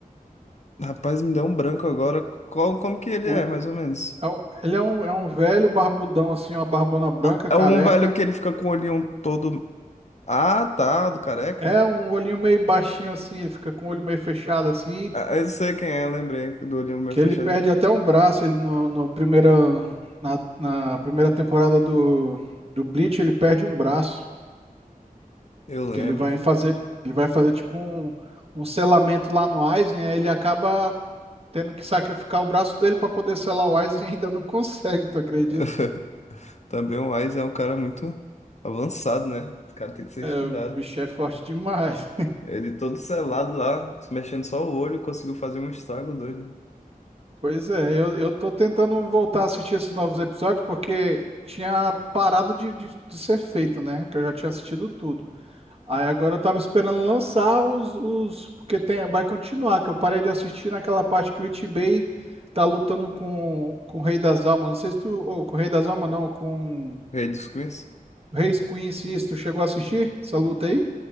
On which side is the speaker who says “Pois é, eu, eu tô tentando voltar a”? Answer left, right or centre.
Right